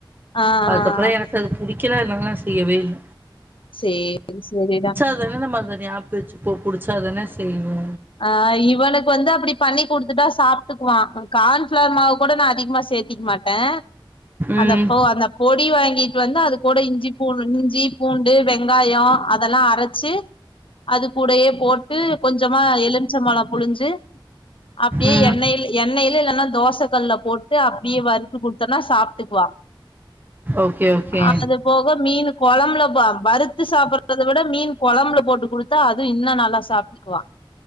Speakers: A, on the left; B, on the right.
A: ஆ ஆ
B: அதுக்கப்றோ
A: ஆ ஆ
B: எனக்கு அது புடிக்கல அத்னால நா செய்யவே இல்ல
A: சேரி சேரிடா
B: இல்லன்னா நம்ம அத நியாபக வெச்சுப்போ புடிச்சாதானே செய்வோ
A: ஆ இவனுக்கு வந்து அப்டி பண்ணி குடுத்துட்டா சாப்ட்டுக்குவா கான்ப்ளார் மாவுகூட நா அதிகமா சேத்திக்க மாட் ட
B: ம்
A: அந்த போ அந்தப் பொடி வாங்கிட்டு வந்து அதுகூட இஞ்சி பூ இஞ்சி பூண்டு வெங்காயோ அதெல்லா அரச்சு அது கூடயே போட்டு கொஞ்சமா எலும்ச்சப்பழோ புழிஞ்சு அப்டியே
B: ம்
A: எண்ணெய்ல எண்ணெயில இல்லன்னா தோச கல்ல போட்டு அப்டியே வறுத்து குடுத்தோனா சாப்ட்டுக்குவா
B: ஓகே ஓகே
A: அது போக மீனு கொழம்புல வ வறுத்து சாப்ட்றத விட மீன் கொழம்புல போட்டு குடுத்தா அது இன்னு நல்லா சாப் க்குவா